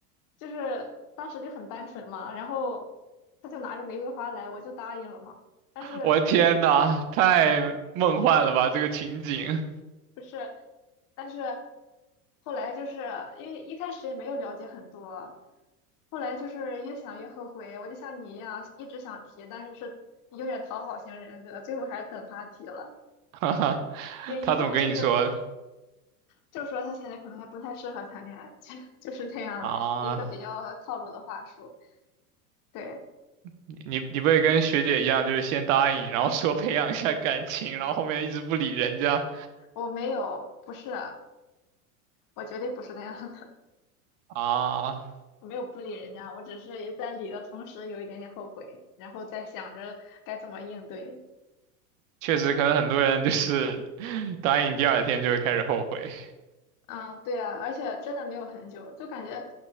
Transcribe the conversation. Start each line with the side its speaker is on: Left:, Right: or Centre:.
Left: 就是当时就很单纯嘛，然后他就拿着玫瑰花来，我就答应了嘛。但是
Right: 我的天呐，太梦幻了吧这个情景，
Left: 不是，但是后来就是因为一开始也没有了解很多，后来就是越想越后悔，我就像你一样一直想提，但是是有点讨好型人格，最后还是等他提了。
Right: <laughs> 哈哈，
Left: 对，一共就是
Right: 他怎么跟你说的
Left: 就是说他现在可能还不太适合谈恋爱，就就是这样一个比较套路的话术。
Right: 啊？
Left: 对，
Right: 你你不会跟学姐一样，就是先答应，然后说培养一下感情，然后后面一直不理人家
Left: 我没有，不是，我绝对不是那样的，
Right: 啊？
Left: 我没有不理人家，我只是在理的同时有一点点后悔，然后在想着该怎么应对。
Right: 确实，可能很多人就是 <laughs> 答应第二天就会开始后悔。
Left: 啊，对啊，而且真的没有很久，就感觉